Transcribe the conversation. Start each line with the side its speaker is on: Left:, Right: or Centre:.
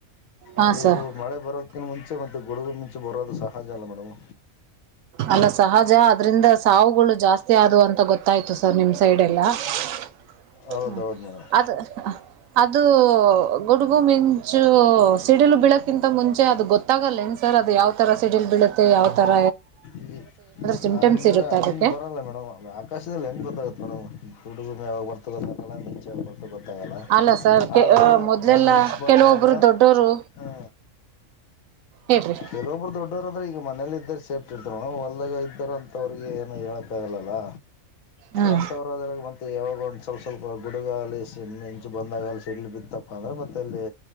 Right: ಹಾ
Left: ಅದು
Right: ಸರ್
Left: ಮಳೆ ಬರೋದಕ್ಕಿಂತ ಮುಂಚೆ ಮತ್ತು ಗುಡುಗು ಮುಂಚೆ ಬರೋದು ಸಹಜ ಅಲ್ಲ ಮೇಡಮ್
Right: ಅಲ್ಲ ಸಹಜ ಅದ್ರಿಂದ ಸಾವುಗಳು ಜಾಸ್ತಿ ಆದವು ಅಂತ ಗೊತ್ತಾಯ್ತು ಸರ್ ನಿಮ್ ಸೈಡ್ ಎಲ್ಲಾ ಹ
Left: ಹೌದೌದು ಮೇಡಮ್
Right: ಅದು ಅದು ಗುಡುಗು ಮಿಂಚು ಸಿಡಿಲ್ ಬಿಳಕ್ಕಿಂತ ಮುಂಚೆ ಅದು ಗೊತ್ತಾಗಲ್ಲ ನ್ ಸರ್ ಅದು ಯಾವ ತರ ಸಿಡಿಲ್ ಬಳ ಮತ್ತೆ ಯಾವ್ ತರ
Left: ಈ
Right: ಸಿಮ್ಟಮ್ಸ್
Left: ಅಂದ್ರೆ
Right: ಇರುತ್ತೆ
Left: ಹಂಗ
Right: ಅದಕ್ಕೆ
Left: ಬರಲ್ಲ ಮೇಡಮ್ ಆಕಾಶದಲ್ಲಿ ಹೆಂಗ್ ಗೊತ್ತಾಗುತ್ತೆ ಮೇಡಮ್ ಗುಡುಗಮ ಹೊರ್ತ ಗೊತ್ತಾಗಲ್ಲ ಮಿಂಚ ಹೊರ್ತ ಗೊತ್ತಾಗಲ್ಲ
Right: ಅಲ್ಲ ಸರ್
Left: ಆದರೂ
Right: ಮೊದ್ಲೆಲ್ಲಾ
Left: ಆ ಮಿಂಚು ಬಂದಾಗ
Right: ಕೆಲವೊಬ್ರು ದೊಡ್ಡೋರು
Left: ಹಾ
Right: ಹೇಳ್ರಿ
Left: ಕೆಲೊಬ್ರು ದೊಡ್ಡವರಂದ್ರ ಈಗ ಮನೇಲಿ ಇದ ಸೇಫ್ಟಿ ಇರ್ತರು ಹೊಲಗ ಇದ್ದರು ಅಂತ ಅವ್ರಿಗೆ ಏನು ಹೇಳಕ್ಕ ಆಗಲ್ಲಾ
Right: ಹ್ಮ್
Left: ಅಂತವರಾದರ ಮತ್ತ ಯಾವಾಗ ಒಂದು ಸ್ವಲ್ಪ ಸ್ವಲ್ಪ ಗುಡುಗಲಿ ಸಿಡಲ ಮಿಂಚು ಬಂದಾಗಲಿ ಸಿಡ್ಲು ಬಿತ್ತಪ್ಪ ಅಂದ್ರರೆ ಮತ್ತೆ ಅಲ್ಲಿ